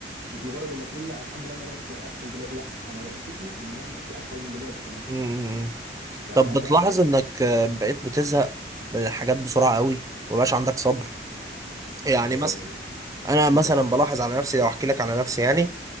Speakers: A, on the right; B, on the right.
A: مش مجرد انك تقول لا الحمد لله انا بقت كو- اسهل دلوقتي لا انا بشتكي ان هي ما بقتش اسهل من دلوقتي كمان
B: امم
A: فلا
B: طب بتلاحظ
A: ف-
B: انك آه، بقيت بتزهق من الحاجات بسرعة قوي ومبقاش عندك صبر يعني
A: آه
B: مثلا انا مثلا
A: نقول
B: بلاحظ على نفسي لو احكي لك على نفسي يعني